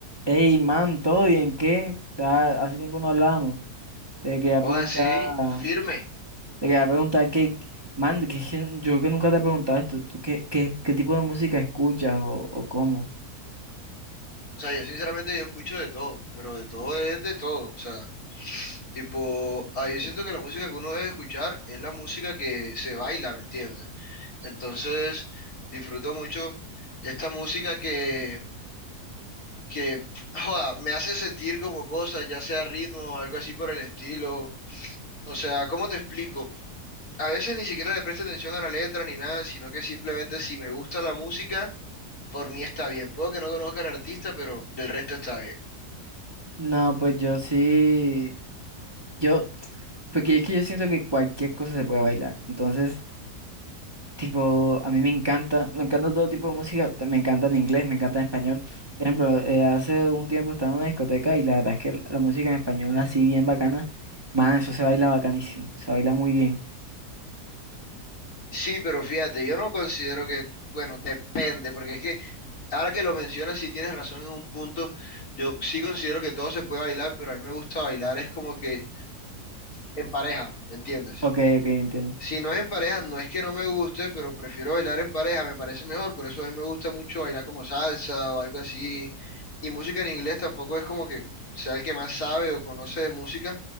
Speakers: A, on the right (about 15°); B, on the left (about 60°).
A: Ey, man, ¿todo bien? ¿Qué? Ta- hace tiempo no hablábamos. Te quería
B: O
A: preguntar,
B: así, firme.
A: te quería preguntar qué, man, que, es que yo que nunca te he preguntado esto, ¿tú qué, qué, qué tipo de música escuchas o, o cómo?
B: O sea, yo sinceramente yo escucho de todo, pero de todo es de todo. O sea, tipo, ahí yo siento que la música que uno debe escuchar es la música que se baila, ¿me entiendes? Entonces, disfruto mucho esta música que, que, <laughs> joda, me hace sentir como cosas, ya sea ritmo o algo así por el estilo. O sea, ¿cómo te explico? A veces ni siquiera le presto atención a la letra ni nada, sino que simplemente si me gusta la música, por mí está bien. Puedo que no conozca al artista, pero del resto está bien.
A: No, pues yo sí, yo, porque es que yo siento que cualquier cosa se puede bailar. Entonces, Tipo, a mí me encanta, me encanta todo tipo de música, t- me encanta en inglés, me encanta en español. Por ejemplo, eh, hace un tiempo estaba en una discoteca y la verdad es que la música en español así bien bacana, man, eso se baila bacanísimo, se baila muy bien.
B: Sí, pero fíjate, yo no considero que, bueno, depende, porque es que ahora que lo mencionas, sí tienes razón en un punto, yo sí considero que todo se puede bailar, pero a mí me gusta bailar es como que en pareja, ¿me entiendes?
A: Ok, ok, entiendo.
B: Si no es en pareja, no es que no me guste, pero prefiero bailar en pareja, me parece mejor, por eso a mí me gusta mucho bailar como salsa o algo así, y música en inglés tampoco es como que sea el que más sabe o conoce de música,